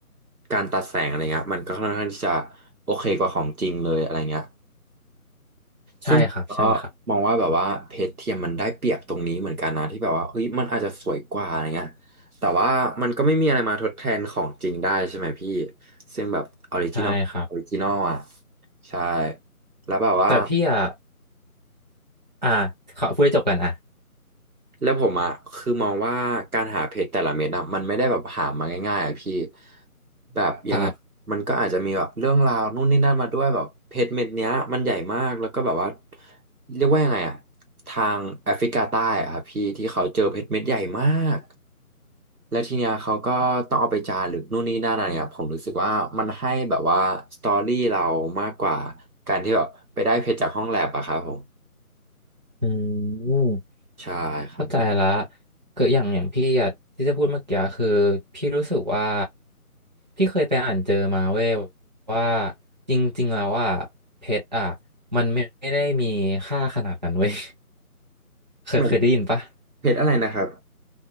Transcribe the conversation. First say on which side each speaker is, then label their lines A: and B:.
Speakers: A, on the right (about 70°); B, on the right (about 30°).
A: การตัดแสงอะไรเงี้ยมันก็ค่อนข้างที่จะโอเคกว่าของจริงเลยอะไรเงี้ย
B: ใช่ครับใช่ครับ
A: ซึ่งก็มองว่าแบบว่าเพชรเทียมมันได้เปรียบตรงนี้เหมือนกันนะที่แบบว่าเฮ้ยมันอาจจะสวยกว่าอะไรเงี้ยแต่ว่ามันก็ไม่มีอะไรมาทดแทนของจริงได้ใช่ไหมพี่ซึ่งแบบออริจินอลออริจินอลอ่ะ
B: ใช่ครับ
A: ใช่แล้วแบบว่า
B: แต่พี่อ่ะอ่าขอพูดให้จบกันอ่ะ
A: แล้วผมอ่ะคือมองว่าการหาเพชรแต่ละเม็ดอ่ะมันไม่ได้แบบหามาง่ายๆอ่ะพี่แบบยังไงมันก็อาจจะมีแบบเรื่องราวนู่นนี่นั่นมาด้วยแบบเพชรเม็ดเนี้ยมันใหญ่มากแล้วก็แบบว่า
B: ครับ
A: เรียกว่ายังไงอ่ะทางแอฟริกาใต้อ่ะครับพี่ที่เขาเจอเพชรเม็ดใหญ่มากแล้วทีเนี้ยเขาก็ต้องเอาไปจารึกนู่นนี่นั่นอะไรเงี้ยผมรู้สึกว่ามันให้แบบว่าสตอรี่เรามากกว่าการที่แบบไปได้เพชรจากห้องแลบอะครับผม
B: อืม
A: ใช่ครับ
B: เข้าใจละคืออย่างอย่างพี่อะที่จะพูดเมื่อกี้คือพี่รู้สึกว่าพี่เคยไปอ่านเจอมาเว้ยว่าจริงๆแล้วอ่ะเพชรอ่ะมันไม่ไม่ได้มีค่าขนาดนั้นเว้ย เคยเคยได้ยินปะ
A: แบบเพชรอะไรนะครับ